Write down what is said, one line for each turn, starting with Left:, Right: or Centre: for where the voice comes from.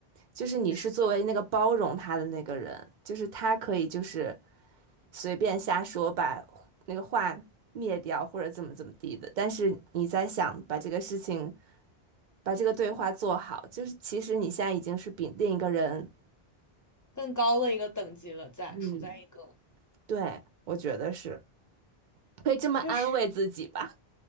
Right: 就是你是作为那个包容他的那个人，
Left: 是
Right: 就是他可以就是随便瞎说，把那个话灭掉或者怎么怎么地的，但是你在想把这个事情。把这个对话做好，就是其实你现在已经是比另一个人，
Left: 更高的一个等级了在，
Right: 嗯
Left: 处在一个
Right: 对，我觉得是可以这么安慰自己吧，
Left: 确实，